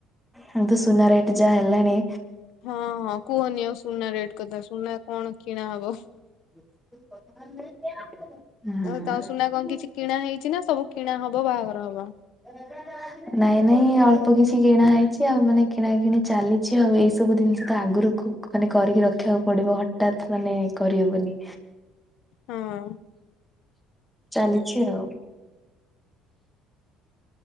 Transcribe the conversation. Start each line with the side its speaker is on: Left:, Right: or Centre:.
Centre: ହୁଁ ତ ସୁନା ରେଟ ଯାହା ହେଲାଣି
Left: ହଁ ହଁ କୁହନି ଆଉ ସୁନା ରେଟ କଥା ସୁନା କଣ କିଣା ହବ?
Centre: <unintelligible> ହଁ।
Left: ଆ ତ ସୁନା କଣ କିଛି କିଣା ହେଇଛି ନା ସବୁ କିଣା ହବ ବାହାଘର ହବ?
Centre: <unintelligible> ନାଇଁ ନାଇଁ ଅଳ୍ପ କିଛି କିଣା ହେଇଛି ଆଉ ମାନେ କିଣା କିିଣି ଚାଲିଛି ଆଉ ଏଇ ସବୁ ଜିନିଷ ତ ଆଗରୁ ମାନେ କରିକି ରଖିବାକୁ ପଡିବ ହଠାତ୍ ମାନେ କରିହବନି।
Left: ହୁଁ।
Centre: ଚାଲିଛି ଆଉ।